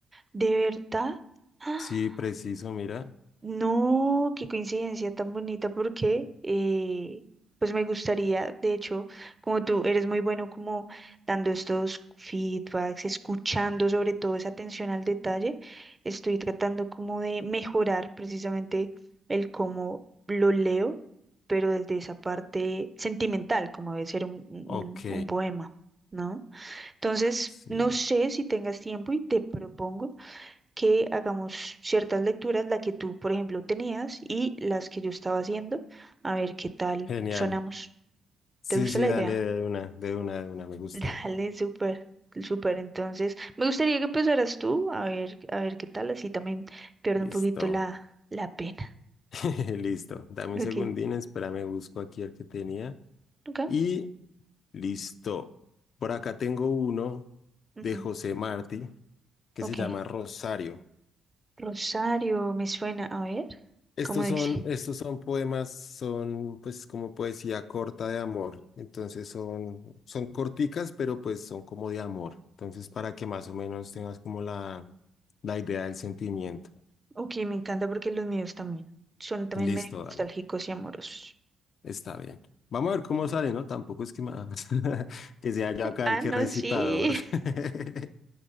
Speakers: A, on the right (about 15°); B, on the left (about 60°).
A: de verdad. <gasps>
B: Sí, preciso, mira.
A: No, qué coincidencia tan bonita porque eh, pues me gustaría, de hecho, como tú eres muy bueno como dando estos feedbacks, escuchando sobre todo esa atención al detalle, estoy tratando como de mejorar precisamente el cómo lo leo, pero desde esa parte sentimental, como debe ser un, un
B: Ok,
A: un poema, ¿no? Entonces,
B: sí.
A: no sé si tengas tiempo y te propongo que hagamos ciertas lecturas, la que tú, por ejemplo, tenías y las que yo estaba haciendo, a ver qué tal
B: Genial.
A: sonamos.
B: Sí,
A: ¿Te gusta
B: sí,
A: la
B: dale
A: idea?
B: de una, de una, de una. Me
A: <laughs>
B: gusta.
A: Dale, súper, súper. Entonces, me gustaría que empezaras tú, a ver, a ver qué tal, así también pierdo
B: Listo.
A: un poquito la, la pena. <laughs>
B: <laughs> Listo. Dame un
A: Ok,
B: segundín, espérame, busco aquí el que tenía.
A: ok,
B: Y listo. Por acá tengo uno
A: ujú,
B: de José Martí que
A: ok.
B: se llama Rosario.
A: Rosario, me suena, a ver,
B: Estos
A: ¿cómo dice?
B: son, estos son poemas, son pues como poesía corta de amor. Entonces son, son corticas, pero pues son como de amor. Entonces para que más o menos tengas como la, la idea del sentimiento.
A: Ok, me encanta porque los míos también son también
B: Listo,
A: medio
B: dale.
A: nostálgicos y amorosos.
B: Está bien. Vamos a ver cómo sale, ¿no? Tampoco es que más <laughs> que sea yo acá
A: Ah,
B: el que
A: no,
B: recitador.
A: sí.
B: <laughs>